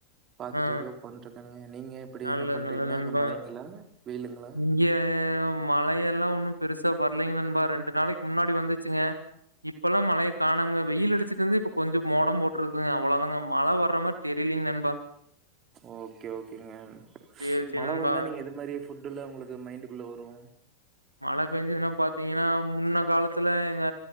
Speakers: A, on the right; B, on the right.
A: பாத்துட்டு
B: ஆ
A: அப்டியோ உக்காண்ட்ருக்கனுங்க நீங்க எப்பிடி
B: நல்லது
A: என்ன பண்றீங்க
B: நல்லது நண்பா
A: அங்க மழைங்களா வெயிலுங்களா
B: இங்க மழையெல்லா ஒன்னு பெருசா வரலைங்க நண்பா ரெண்டு நாளைக்கு முன்னாடி வந்துச்சுங்க இப்பெல்லா மழைய காணங்க வெயில் அடிச்சுட்டு இருந்தது இப்ப கொஞ்சோ மோடம் போட்டு இருக்குங்க அவ்ளதாங்க மழ வர்ற மாரி தெரியலீங்க நண்பா
A: ஓகே ஓகேங்க
B: சேரி சேரி
A: மழ
B: நண்பா
A: வந்தா நீங்க எது மாரி ஃபுட்டல்ல ஒங்களுக்கு மைண்டுக்குள்ள வரு
B: மழ பேஞ்சதுன்னா பாத்தீங்னா முன்ன காலத்துல எங்க